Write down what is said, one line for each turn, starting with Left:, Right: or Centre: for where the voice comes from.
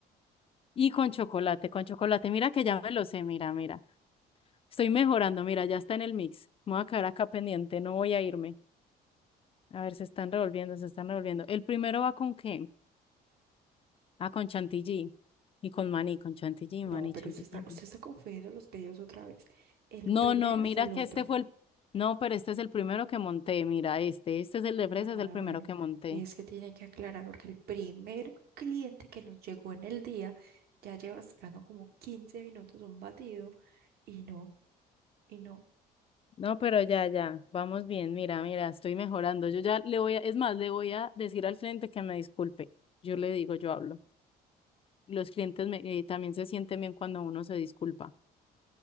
Left: y con chocolate, con chocolate. Mira que ya me lo sé, mira, mira. Estoy mejorando, mira, ya está en el mix. Me voy a quedar acá pendiente, no voy a irme. A ver, se están revolviendo, se están revolviendo. El primero va con qué? Ah, con Chantilly. Y con maní, con Chantilly, maní,
Right: No, pero
Left: Chantilly.
Right: usted está, usted está confundiendo los pedidos otra vez. El
Left: No,
Right: primero
Left: no, mira
Right: es el
Left: que
Right: otro.
Left: este fue el... No, pero este es el primero que monté, mira, este, este es el de fresa,
Right: Ah,
Left: es el primero
Right: bueno,
Left: que monté.
Right: es que tiene que aclarar porque el primer cliente que nos llegó en el día ya lleva esperando como 15 minutos un batido y no, y no.
Left: No, pero ya, ya, vamos bien, mira, mira, estoy mejorando. Yo ya le voy a, es más, le voy a decir al cliente que me disculpe. Yo le digo, yo hablo. Los clientes me- eh, también se sienten bien cuando uno se disculpa.